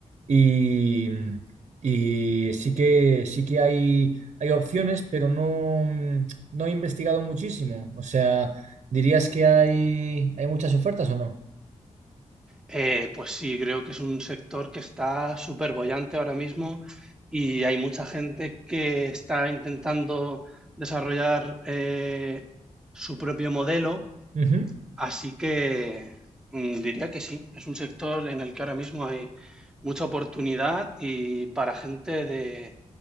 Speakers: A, on the right; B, in the centre.
A: y, y sí que, sí que hay, hay opciones, pero no, mm, no he investigado muchísimo. O sea, ¿dirías que hay, hay muchas ofertas o no?
B: Eh, pues sí, creo que es un sector que está súper bollante ahora mismo y hay mucha gente que está intentando desarrollar eh, su propio modelo,
A: Ujú.
B: así que mm, diría que sí, es un sector en el que ahora mismo hay mucha oportunidad y para gente de